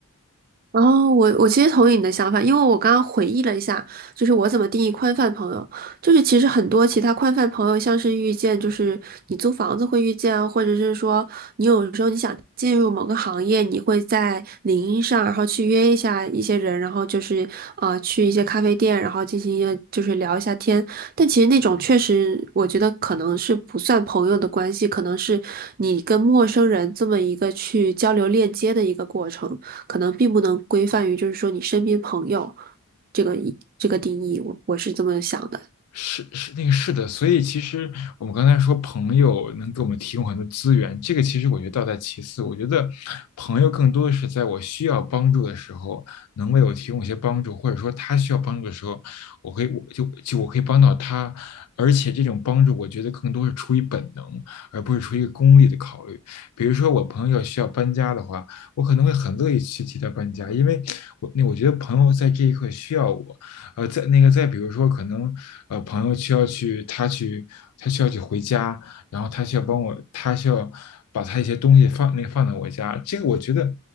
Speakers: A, on the right; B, on the left.
A: 哦，我我其实同意你的想法，因为我刚刚回忆了一下，就是我怎么定义宽泛朋友，就是其实很多其他宽泛朋友，像是遇见，就是你租房子会遇见啊，或者是说你有时候你想进入某个行业，你会在领英上，然后去约一下一些人，然后就是呃去一些咖啡店，然后进行一个就是聊一下天。但其实那种确实，我觉得可能是不算朋友的关系，可能是你跟陌生人这么一个去交流链接的一个过程。可能并不能规范于就是说你身边朋友这个这个定义，我我是这么想的，
B: 是是那个是的，所以其实我们刚才说朋友能给我们提供很多资源，这个其实我觉得倒在其次。我觉得朋友更多的是在我需要帮助的时候，能为我提供一些帮助，或者说他需要帮助的时候，我可以我就就我可以帮到他。而且这种帮助，我觉得更多是出于本能，而不是出于一个功利的考虑。比如说我朋友需要搬家的话，我可能会很乐意去替他搬家，因为我那我觉得朋友在这一刻需要我，呃，再那个再比如说，可能呃朋友需要去他去他需要去回家，然后他需要帮我，他需要把他一些东西放那个放在我家，这个我觉得